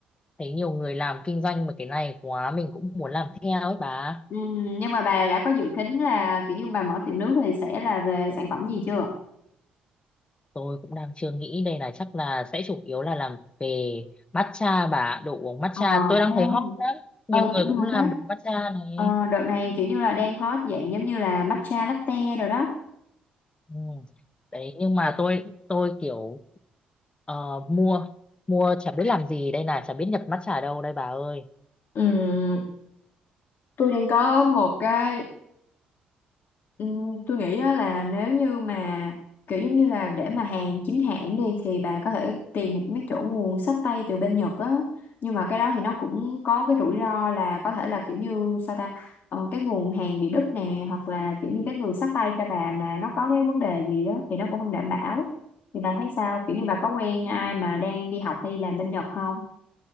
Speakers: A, on the left (about 25°); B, on the left (about 60°).
A: thấy nhiều người làm kinh doanh mà cái này quá mình cũng muốn làm theo ấy bà.
B: Ừ, nhưng mà bà đã có dự tính là kiểu như bà mở tiệm nước thì sẽ là về sản phẩm gì chưa?
A: Tôi cũng đang chưa nghĩ đây này, chắc là sẽ chủ yếu là làm về matcha bà, đồ uống matcha.
B: Ờ,
A: Tôi đang
B: À,
A: thấy hot lắm. Nhiều
B: ừ cũng
A: người cũng
B: được
A: làm
B: á.
A: đồ matcha này.
B: Ờ, đợt này kiểu như là đang hot dạng giống như là matcha latte rồi đó.
A: Ừ. Đấy nhưng mà tôi tôi kiểu ờ, mua mua chả biết làm gì đây này chả biết nhập matcha ở đâu đây bà ơi
B: ừm, tôi đang có một cái Ừ, tôi nghĩ á là nếu như mà kiểu giống như là để mà hàng chính hãng đi thì bà có thể tìm những mấy chỗ nguồn xách tay từ bên Nhật á nhưng mà cái đó thì nó cũng có cái rủi ro là có thể là kiểu như sao ta ờ, cái nguồn hàng bị đứt nè hoặc là kiểu như cái người xách tay cho bà mà nó có cái vấn đề gì đó thì nó cũng không đảm bảo thì bà thấy sao kiểu như bà có quen ai mà đang đi học hay đi làm bên Nhật không